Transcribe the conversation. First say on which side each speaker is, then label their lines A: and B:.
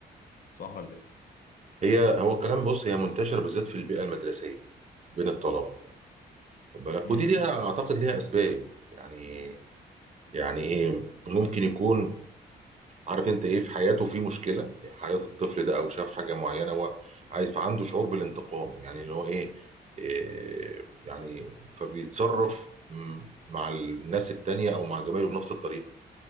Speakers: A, on the left; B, on the right.
A: صح ولا ايه
B: هي هو الكلام بص هي منتشره بالذات في البيئه المدرسيه بين الطلبه واخد بالك
A: امم
B: ودي ليها اعتقد ليها اسباب يعني يعني ايه ممكن يكون عارف انت ايه في حياته في مشكله حياه الطفل ده او شاف حاجه معينه هو عايز فعنده شعور بالانتقام يعني اللي هو ايه, إيه يعني فبيتصرف م- مع الناس التانية او مع زمايله بنفس الطريقه